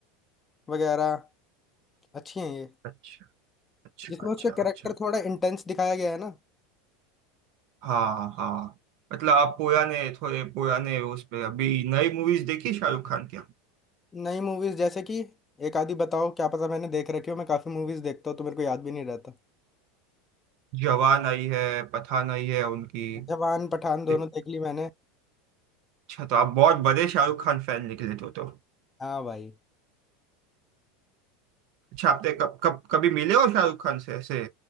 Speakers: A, on the left; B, on the right.
A: वगैरह अच्छी हैं ये
B: अच्छा अच्छा
A: जिसमें
B: अच्छा
A: उसका कैरेक्टर
B: अच्छा
A: थोड़ा इंटेंस दिखाया गया है ना
B: हाँ हाँ मतलब आप पुराने थोड़े पुराने उस पे अभी नई मूवीज देखी शाहरुख खान की आपने?
A: नई मूवीज जैसे कि एक आधी बताओ क्या पता मैंने देख रखी हो मैं काफी मूवीज देखता हूँ तो मेरे को याद भी नहीं रहता
B: जवान आई है पठान आई है उनकी
A: जवान पठान
B: दे-
A: दोनों देख ली मैंने
B: अच्छा तो आप बहुत बड़े शाहरुख खान फैन निकले तो तो
A: हाँ भाई
B: अच्छा आपने कब कब कभी मिले हो शाहरुख खान से ऐसे